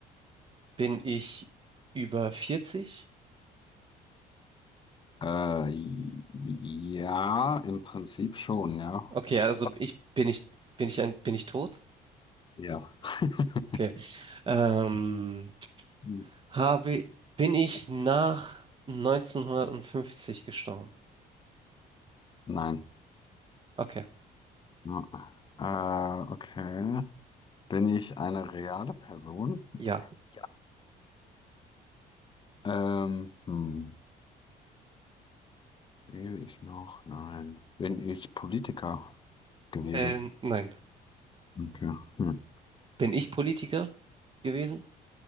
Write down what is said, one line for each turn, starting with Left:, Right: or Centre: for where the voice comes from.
Right: Bin ich über 40?
Left: Äh, ja, im Prinzip schon, ja.
Right: Okay, also
Left: Okay.
Right: ich bin ich bin ich ein bin ich tot?
Left: Ja. <laughs>
Right: Okay. Ähm,
Left: Hm.
Right: habe bin ich nach neunzehnhundertfünfzig gestorben?
Left: Nein.
Right: Okay.
Left: Ja. Äh, okay. Bin ich eine reale Person?
Right: Ja.
Left: Ja, Ähm, hm. Lebe ich noch? Nein. Bin ich Politiker gewesen?
Right: Äh, nein.
Left: Okay. Hm.
Right: Bin ich Politiker gewesen?